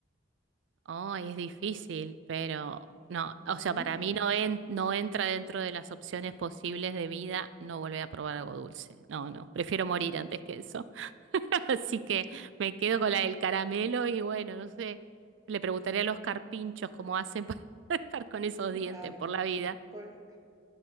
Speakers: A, on the right; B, on the right.
A: Oh, es difícil, pero no,
B: Ujú,
A: o sea, para mí no, en- no entra dentro de las opciones posibles de vida no volver a probar algo dulce. No, no, prefiero morir antes que eso. <laughs> Así que me quedo con la del caramelo y bueno, no sé, le preguntaré a los carpinchos cómo hacen para <laughs> estar con esos
B: claro,
A: dientes por la vida.
B: con,